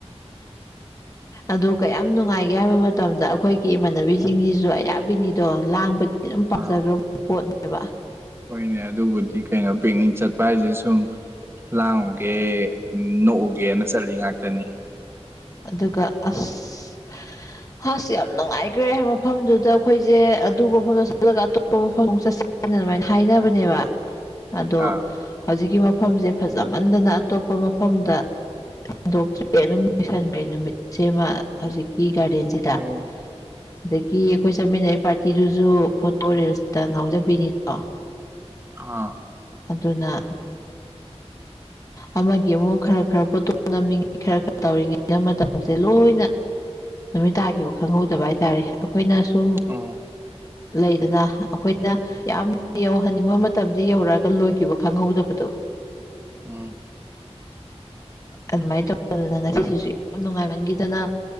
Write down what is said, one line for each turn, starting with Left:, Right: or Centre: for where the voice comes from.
Left: ꯑꯗꯨ ꯀꯌꯥꯝ ꯅꯨꯡꯉꯥꯏꯒꯦ ꯍꯥꯏꯕ ꯃꯇꯝꯗ ꯑꯩꯈꯣꯏꯒꯤ ꯏꯃꯥꯟꯅꯕꯤꯁꯤꯡꯁꯤꯁꯨ ꯑꯌꯥꯕꯕꯤꯅꯤꯗꯣ ꯂꯥꯡꯕ ꯑꯗꯨ ꯄꯥꯝꯖꯈ꯭ꯔꯕ
Right: ꯑꯥ
Left: ꯄꯣꯠꯅꯦꯕ
Right: ꯍꯣꯏꯅꯦ ꯑꯗꯨꯕꯨꯗꯤ ꯀꯩꯅꯣ ꯄꯤꯛꯅꯤꯛ ꯆꯠꯄ ꯍꯥꯏꯁꯦ ꯁꯨꯝ ꯂꯥꯡꯉꯨꯒꯦ ꯅꯣꯛꯎꯒꯦꯅ ꯆꯠꯂꯤ ꯉꯥꯛꯇꯅꯤ
Left: ꯑꯗꯨꯒ ꯑꯁ ꯍꯁ ꯌꯥꯝ ꯅꯨꯡꯉꯥꯏꯈ꯭ꯔꯦ ꯃꯐꯝꯗꯨꯗ ꯑꯩꯈꯣꯏꯁꯦ ꯑꯗꯨ ꯃꯐꯝꯗ ꯆꯠꯂꯒ ꯑꯇꯣꯞꯄ ꯃꯐꯝꯗ ꯆꯠꯁꯦ ꯍꯅ ꯑꯗꯨꯃꯥꯏꯅ ꯍꯥꯏꯅꯕꯅꯦꯕ ꯑꯗꯣ
Right: ꯑꯥ
Left: ꯍꯧꯖꯤꯛꯀꯤ ꯃꯐꯝꯁꯦ ꯐꯖꯃꯟꯗꯅ ꯑꯇꯣꯞꯄ ꯃꯐꯝꯗ ꯍꯦꯟꯗꯣꯛꯇ꯭ꯔꯤ ꯑꯗꯨꯝ ꯌꯥꯩꯁꯟꯈꯩ ꯅꯨꯃꯤꯠ ꯁꯦꯝꯃ ꯍꯧꯖꯤꯛꯀꯤ ꯒꯥꯔꯗꯦꯟꯁꯤꯗ
Right: ꯑꯣ
Left: ꯑꯗꯒꯤ ꯑꯩꯈꯣꯏ ꯆꯠꯃꯤꯟꯅꯔꯤ ꯄꯥꯔꯇꯤꯗꯨꯁꯨ ꯐꯣꯇꯣ ꯔꯤꯜꯁꯇ ꯉꯥꯎꯖꯕꯤꯅꯤꯗꯣ
Right: ꯑ
Left: ꯑꯗꯨꯅ ꯑꯃꯒꯤ ꯑꯃꯨꯛ ꯈꯔ ꯈꯔ ꯄꯣꯇꯣ ꯅꯝꯃꯤꯉꯦ ꯇꯧꯔꯤꯉꯩꯗ ꯃꯇꯝꯁꯦ ꯂꯣꯏꯅ ꯅꯨꯃꯤꯠ ꯇꯥꯈꯤꯕ ꯈꯪꯍꯧꯗꯕ ꯍꯥꯏꯇꯥꯔꯦ ꯑꯩꯈꯣꯏꯅ ꯁꯨꯝ
Right: ꯎꯝ
Left: ꯂꯩꯗꯅ ꯑꯩꯈꯣꯏꯅ ꯌꯥꯝ ꯌꯧꯍꯟꯅꯤꯡꯕ ꯃꯇꯝꯗ ꯌꯧꯔꯛꯑꯒ ꯂꯣꯏꯈꯤꯕ ꯈꯪꯍꯧꯗꯕꯗꯣ
Right: ꯎꯝ
Left: ꯑꯗꯨꯃꯥꯏꯅ ꯇꯧꯗꯅ ꯉꯁꯤꯁꯤꯁꯨ ꯌꯥꯝ ꯅꯨꯡꯉꯥꯏꯃꯟꯈꯤꯗꯅ